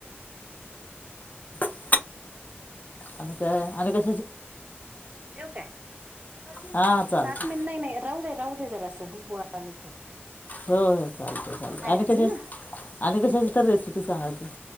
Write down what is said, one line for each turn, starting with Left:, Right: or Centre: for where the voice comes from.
Left: ह आणि काय आणि क
Right: ठव काय स
Left: हां चालतं
Right: सात मिन नाही नाही राहू दे राह जरा असं बवा थोड
Left: हो हो चालत चालत आणि
Right: अजून
Left: कशाची आणि कशाची तर रेसिपी सांगा तुम्ही